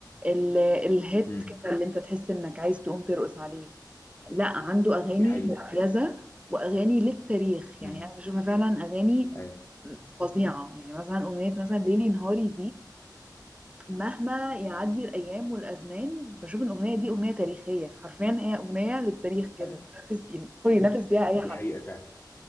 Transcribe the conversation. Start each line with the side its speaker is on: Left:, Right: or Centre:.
Right: ال- الهيت
Left: امم
Right: كده اللي انت تحس انك عايز تقوم ترقص عليه لا عنده اغاني
Left: دي حقيقة
Right: مميزة واغاني للتاريخ
Left: امم
Right: يعني انا بشوفها فعلا اغاني
Left: أيوه
Right: فظيعة يعني مثلا اغنية مثلا ليلي نهاري دي مهما يعدي الايام والازمان بشوف ان الاغنية دي اغنية تاريخية حرفيا هي اغنية للتاريخ كده
Left: أيوه
Right: تنافس ينفس بيها اي
Left: دي
Right: حد
Left: حقيقة فعلا